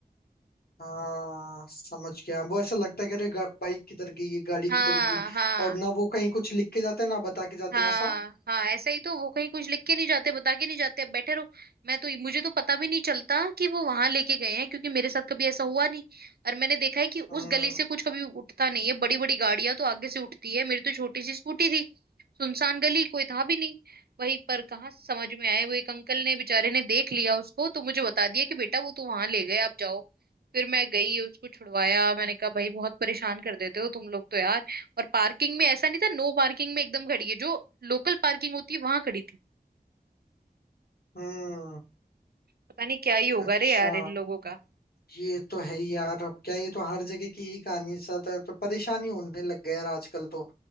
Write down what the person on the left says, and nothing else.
हाँ समझ गया वो ऐसा लगता है कि अरे बाइक किधर गई ये गाड़ी
किधर गई
और ना वो कहीं कुछ लिख के जाते हैं ना बता के जाते
हैं ऐसा
हम्म
हम्म
अच्छा
ये तो है ही यार अब क्या ये तो हर जगह की यही कहानी साथ है, ज्यादा तो परेशानी होने लग गया यार आजकल तो